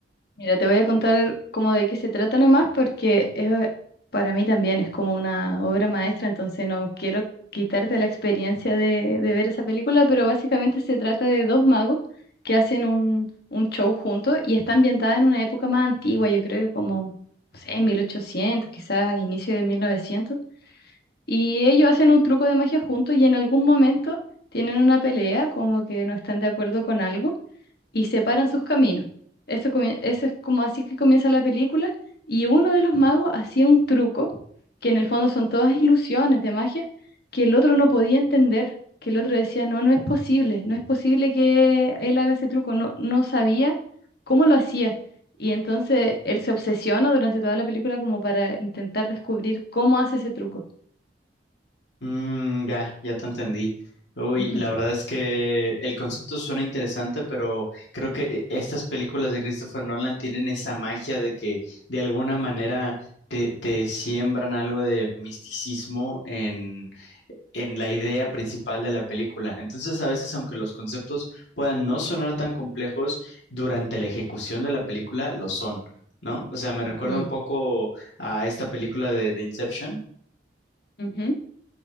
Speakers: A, on the left; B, on the left.
A: Mira, te voy a contar como de qué se trata nomás porque es, para mí también es como una obra maestra, entonces no quiero quitarte la experiencia de, de ver esa película, pero básicamente se trata de dos magos que hacen un, un show juntos y está ambientada en una época más antigua, yo creo que como, no sé, 1800, quizás inicio de 1900, y ellos hacen un truco de magia juntos y en algún momento tienen una pelea, como que no están de acuerdo con algo y separan sus caminos. Eso, comie- eso es como así que comienza la película y uno de los magos hacía un truco, que en el fondo son todas ilusiones de magia, que el otro no podía entender, que el otro decía, no, no es posible, no es posible que él haga ese truco, no, no sabía cómo lo hacía. Y entonces él se obsesiona durante toda la película como para intentar descubrir cómo hace ese truco.
B: Mm, ya, ya te entendí. Uy,
A: Ujú.
B: la verdad es que el concepto suena interesante, pero creo que eh, estas películas de Christopher Nolan tienen esa magia de que de alguna manera te, te siembran algo de misticismo en, en la idea principal de la película. Entonces, a veces, aunque los conceptos puedan no sonar tan complejos, durante la ejecución de la película lo son, ¿no? O sea, me
A: Ujú,
B: recuerda un poco a esta película de de Inception
A: ujú.